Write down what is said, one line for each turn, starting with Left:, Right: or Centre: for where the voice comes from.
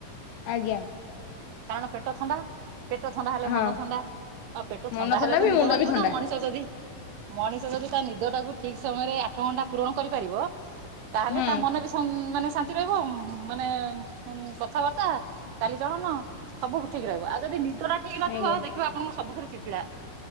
Left: ଆଜ୍ଞା।
Right: କାରଣ ପେଟ ଥଣ୍ଡା ପେଟ ଥଣ୍ଡା ହେଲେ
Left: ହଁ
Right: ମନ ଥଣ୍ଡା, ଆଉ ପେଟ
Left: ମନ
Right: ଥଣ୍ଡା ହେଲେ ତ
Left: ବି
Right: ନିଦ
Left: ମୁଣ୍ଡ
Right: ମାଡିବ
Left: ବି ଥଣ୍ଡା
Right: ନା ମଣିଷ ଯଦି ମଣିଷ ଯଦି ତା ନିଦ ଟାକୁ ଠିକ୍ ସମୟରେ ଆଠ ଘଣ୍ଟା ପୂରଣ କରିପାରିବ, ତାହେଲେ
Left: ହୁଁ
Right: ତା ମନ ବି ମାନେ ଶାନ୍ତି ରହିବ ମାନେ କଥାବାର୍ତ୍ତା କାଲି <unintelligible> ସବୁ ଠିକ୍ ରହିବ ଆଉ ଯଦି ନିଦ ଟା ଠିକ ନଥିବ,
Left: ଆଜ୍ଞା
Right: ଦେଖିବ ଆପଣଙ୍କୁ ସବୁଥିରେ ଚିଡ୍ଚିଡା।